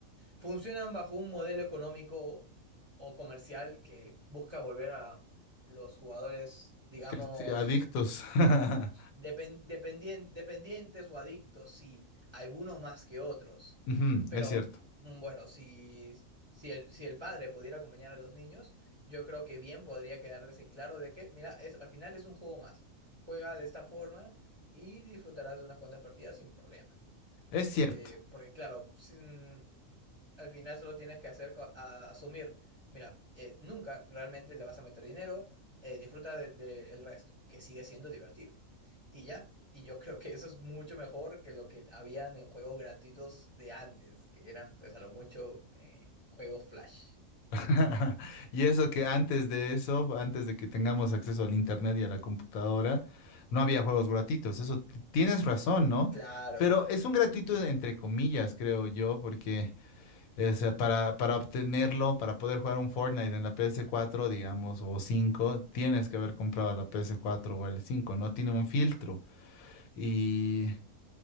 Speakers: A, on the right; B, on the left.
A: Funcionan bajo un modelo económico o comercial que busca volver a los jugadores, digamos,
B: Que estoy- adictos. <laughs>
A: depen- dependien- dependientes o adictos, sí, algunos más que otros.
B: Ujú,
A: Pero
B: Es cierto,
A: mm, bueno, si, si el, si el padre pudiera acompañar a los niños, yo creo que bien podría quedarles en claro de que, mira, es, al final es un juego más. Juega de esta forma y disfrutarás de unas cuantas partidas sin problema.
B: es cierto.
A: Eh, porque claro, sin- al final solo tienes que hacer co- a- asumir, mira, eh, nunca realmente le vas a meter dinero, eh, disfruta de, de el resto, que sigue siendo divertido. Y ya, y yo creo que eso es mucho mejor que lo que habían en juegos gratuitos de antes, que eran pues a lo mucho eh, juegos Flash.
B: <laughs> Y eso que antes de eso, antes de que tengamos acceso al internet y a la computadora, no había juegos gratuitos. Eso t- tienes razón, ¿no?
A: Claro,
B: Pero es un gratuito entre comillas, creo yo, porque eh, o sea, para, para obtenerlo, para poder jugar un Fortnite en la PS4, digamos, o 5, tienes que haber comprado la PS4 o el cinco. ¿no? Tiene un filtro. y